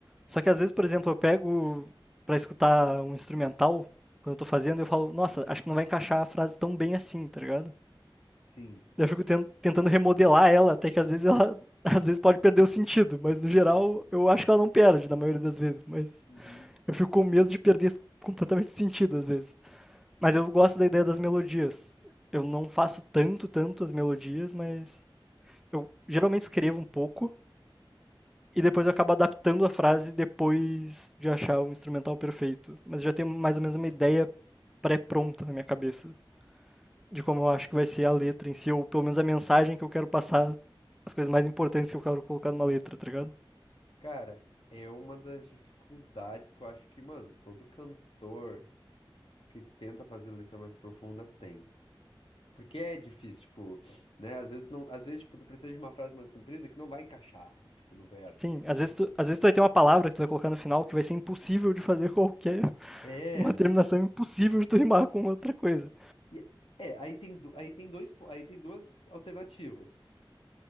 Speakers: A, in the centre; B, on the left (about 80°).
A: Só que às vezes, por exemplo, eu pego pra escutar um instrumental, quando eu tô fazendo, eu falo, nossa, acho que não vai encaixar a frase tão bem assim, tá ligado?
B: Sim.
A: Eu fico ten- tentando remodelar ela, até que às vezes ela <laughs> às vezes pode perder o sentido, mas no geral eu acho que ela não perde na maioria das vezes, mas
B: Uhum.
A: eu fico com medo de perder completamente o sentido às vezes. Mas eu gosto da ideia das melodias. Eu não faço tanto, tanto as melodias, mas eu geralmente escrevo um pouco e depois eu acabo adaptando a frase depois de achar um instrumental perfeito. Mas já tenho mais ou menos uma ideia pré-pronta na minha cabeça de como eu acho que vai ser a letra em si, ou pelo menos a mensagem que eu quero passar, as coisas mais importantes que eu quero colocar numa letra, tá ligado?
B: Cara, é uma das dificuldades que eu acho que, mano, todo cantor que tenta fazer letra mais profunda tem. Porque é difícil, tipo, né? Às vezes, não, às vezes, tipo, tu precisa de uma frase mais comprida que não vai encaixar, tipo, no verso
A: Sim,
B: ali, tipo.
A: às vezes, tu, às vezes tu vai ter uma palavra que tu vai colocar no final que vai ser impossível de fazer <laughs> qualquer.
B: É,
A: Uma terminação impossível de tu rimar com outra coisa.
B: e- é, aí tem, do- aí tem dois, po- aí tem duas alternativas.